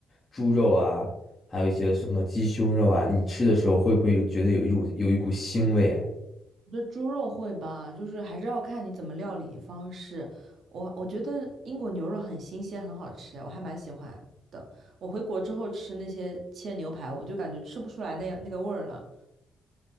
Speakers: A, on the left (about 25°); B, on the right (about 60°).
A: 猪肉啊，还有一些什么鸡胸肉啊，你吃的时候会不会有觉得有一股有一股腥味啊？
B: 这猪肉会吧，就是还是要看你怎么料理方式。我我觉得英国牛肉很新鲜，很好吃，我还蛮喜欢的。我回国之后吃那些切牛排，我就感觉吃不出来那样那个味儿了，